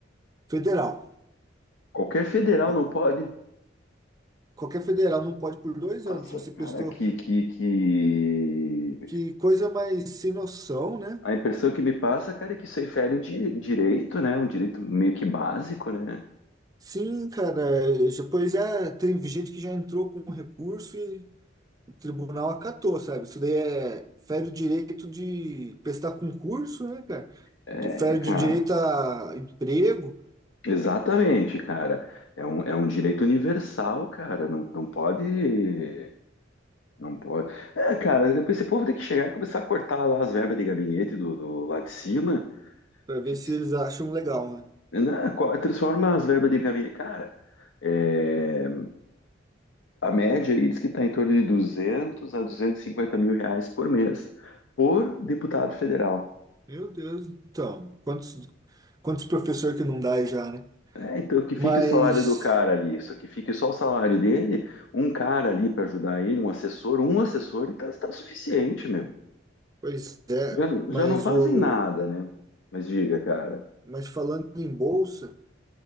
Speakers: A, on the right; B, on the left.
A: Federal.
B: qualquer federal
A: Qual-
B: não pode.
A: Qualquer federal não pode por dois
B: Nossa,
A: anos. Se você prestou,
B: cara, que, que, que...
A: que coisa mais sem noção, né?
B: A impressão que me passa, cara, é que isso aí fere em di- direito, né? Um direito meio que básico, né?
A: Sim, cara. Depois é, tem gente que já entrou com recurso e o tribunal acatou, sabe? Isso daí é, fere o direito de prestar concurso, né, cara?
B: É,
A: De- Fere
B: cara,
A: de direito a emprego,
B: exatamente, cara. É um, é um direito universal, cara. Não, não pode. Não pode. É, cara, esse povo tem que chegar e começar a cortar lá as verbas de gabinete do, do lá de cima.
A: para ver
B: Que,
A: se eles acham legal, né?
B: né, co- transforma as verbas de gabinete. Cara, é, a média aí diz que está em torno de 200 a 250 mil reais por mês por deputado federal.
A: Meu Deus, então, quantos, quantos professor que não dá aí já, né?
B: É, então, que
A: Mas,
B: fique o salário do cara ali, isso que fique só o salário dele, um cara ali para ajudar ele, um assessor, um assessor e tá, tá suficiente mesmo.
A: pois é,
B: Já, já
A: mas
B: não fazem
A: o,
B: nada, né? Mas diga, cara,
A: mas falando em bolsa,